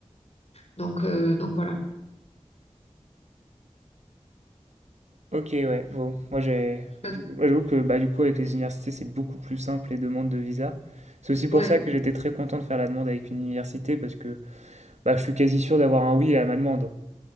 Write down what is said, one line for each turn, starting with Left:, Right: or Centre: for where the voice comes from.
Left: Donc euh, donc voilà.
Right: Ok, ouais. Bon, moi j'ai,
Left: Euh,
Right: je- moi, j'avoue que bah du coup avec les universités, c'est beaucoup plus simple les demandes de visa. C'est aussi pour
Left: Ouais,
Right: ça que j'étais très content de faire la demande avec une université parce que bah je suis quasi sûr d'avoir un oui à ma demande.